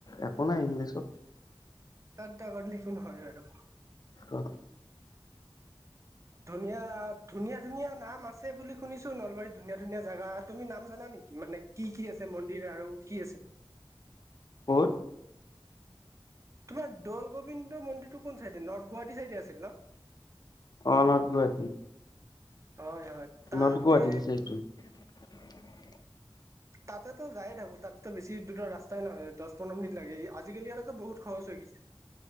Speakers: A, on the left; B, on the right.
A: একো নাই ইংলিছত
B: টা কৰিলে একো নহয় বাৰু
A: অ'।
B: ধুনীয়া, ধুনীয়া ধুনীয়া নাম আছে বুলি শুনিছো নলবাৰীত ধুনীয়া ধুনীয়া জেগা, তুমি নাম জানা নেকি মানে, কি কি আছে মন্দিৰ আৰু কি আছে?
A: হয়।
B: তোমাৰ দৌল গোবিন্দ মন্দিৰটো কোন চাইডে, নৰ্থ গুৱাহাটী চাইডে আছিল ন?
A: অনত গৈ
B: হয় হয়। তাতে
A: নৰ্থ গুৱাহাটীত আছে এইটো <inaudible>
B: তাতেতো যায়ে থাকো তাতেো বেছি দূ ৰাস্তাই নহয় দহ পোন্ধৰ মিনিট লাগে আজিকালি আৰুো বহুত খৰচ হৈ গৈছে।